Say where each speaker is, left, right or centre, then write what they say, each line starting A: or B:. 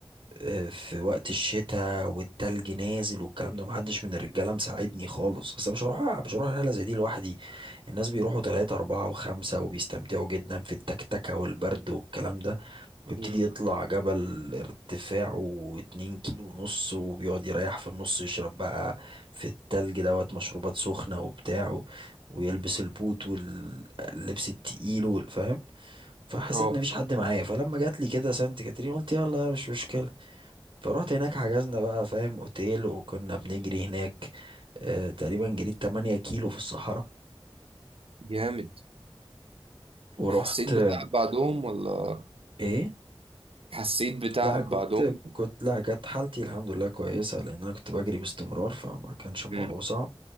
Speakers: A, on the right; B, on the right.
A: آه، في وقت الشتاء والتلج نازل والكلام ده محدش من الرجاله مساعدني خالص اصل مش هروح مش هروح رحله زي دي لوحدي الناس بيروحوا تلاتة أربعة وخمسة وبيستمتعوا جدا في التكتكة والبرد والكلام ده ويبتدي
B: مم.
A: يطلع جبل ارتفاعه اتنين كيلو ونص وبيقعد يريح في النص يشرب بقى في التلج دوت مشروبات سخنة وبتاع و- ويلبس البوت واللبس التقيل وال- فاهم فحسيت
B: اه
A: ان مفيش حد معايا فلما جات لي كده سانت كاترين قلت يلا مش مشكلة فروحت هناك حجزنا بقى فاهم اوتيل وكنا بنجري هناك اه تقريبا جريت 8 كيلو في الصحراء
B: جامد
A: ورحت
B: حسيت
A: آه،
B: بتعب بعدهم ولا
A: ايه
B: حسيت بتعب
A: لا كنت
B: بعدهم
A: كنت لا كانت حالتي الحمد لله كويسة لأن أنا كنت بجري باستمرار فما كانش الموضوع
B: امم
A: صعب